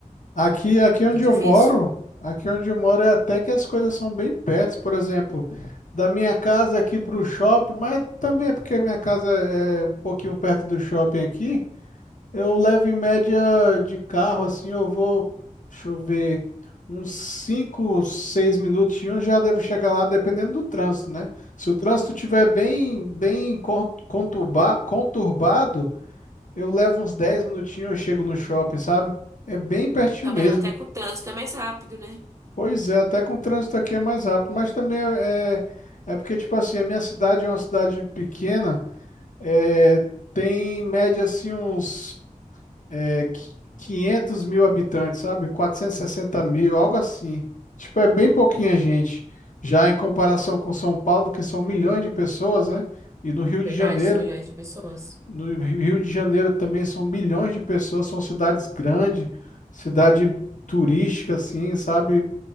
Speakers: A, on the left; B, on the right.
A: Aqui, aqui onde
B: é difícil.
A: eu moro, aqui onde eu moro é até que as coisas são bem perto, por exemplo, da minha casa aqui para o shopping, mas também é porque minha casa é é um pouquinho perto do shopping aqui, eu levo em média de carro, assim, eu vou, deixa eu ver, uns 5, 6 minutinhos já devo chegar lá, dependendo do trânsito, né? Se o trânsito tiver bem, bem con- conturba- conturbado, eu levo uns 10 minutinhos, eu chego no shopping, sabe? É bem pertinho
B: Tá
A: mesmo.
B: vendo? Até com o trânsito é mais rápido, né?
A: Pois é, até com o trânsito aqui é mais rápido, mas também é, é, é porque, tipo assim, a minha cidade é uma cidade pequena, é, tem em média assim uns é, qui- 500 mil habitantes, sabe? quatrocentos e sessenta mil, algo assim. Tipo, é bem pouquinha gente. Já em comparação com São Paulo, que são milhões de pessoas, né? E no Rio de
B: Verdade,
A: Janeiro,
B: são milhões de pessoas.
A: no Rio de Janeiro também são milhões de pessoas, são cidades grandes, cidade turística, assim, sabe?